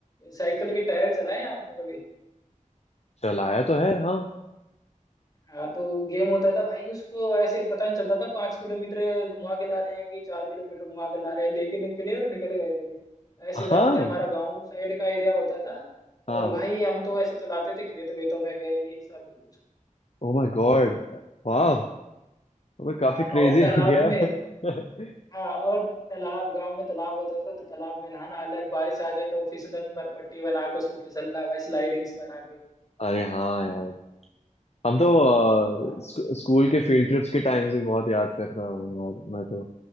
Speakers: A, on the left; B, on the left.
A: साइकिल के टायर चलाए हैं आपने कभी
B: चलाया तो है हाँ
A: हाँ तो गेम होता था भाई उसको ऐसे पता नहीं चलता था पाँच किलोमीटर घुमा के ला रहे हैं कि चार किलोमीटर घुमा के ला रहे हैं लेके निकले और निकल गए थे ऐसे जाते
B: हाँ
A: थे हमारा गांव साइड का एरिया होता था
B: हाँ
A: और भाई हम तो ऐसे चलाते थे खेत वेतों में गए ये सब कुछ,
B: ओ माय गॉड वाह मैं काफी
A: आ,
B: क्रेजी
A: और तालाब
B: हो गया
A: में
B: <laughs>
A: हाँ और तालाब गांव में तालाब होता था तो तालाब में नहाना अलग बारिश आ जाए तो फिसलन पर पट्टी बना के उसको फिसलना भाई स्लाइडिंग्स बना के
B: अरे हाँ यार हम तो अ,
A: है ना
B: स्क- स्कूल के फील्ड ट्रिप्स के टाइम्स भी बहुत याद करता हूँ यार मैं तो।